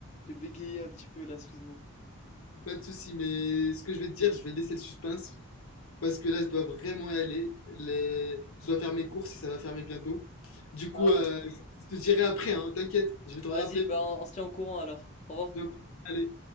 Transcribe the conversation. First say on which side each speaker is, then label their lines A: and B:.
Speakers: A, on the left (about 30°); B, on the left (about 75°).
A: j'ai bégayé un petit peu là, excuse-moi.
B: Pas de souci, mais ce que je vais te dire, je vais laisser le suspense. Parce que là, je dois vraiment y aller. Les- Je dois faire mes courses et ça va fermer bientôt. Du coup,
A: Ah,
B: euh, je te dirai après, hein, t'inquiète, je vais te rappeler.
A: vas-y, bah, on, on se tient au courant alors. Au revoir.
B: Donc, allez.